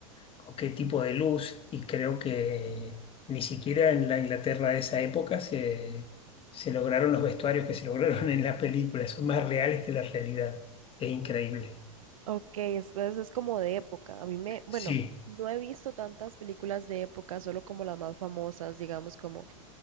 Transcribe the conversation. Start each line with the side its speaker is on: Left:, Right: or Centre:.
Left: con qué tipo de luz, y creo que ni siquiera en la Inglaterra de esa época se, se lograron los vestuarios que se lograron en la película, son más reales que la realidad. Es increíble.
Right: Ok, entonces es como de época. A mí me, bueno,
Left: Sí.
Right: no he visto tantas películas de época, solo como las más famosas, digamos como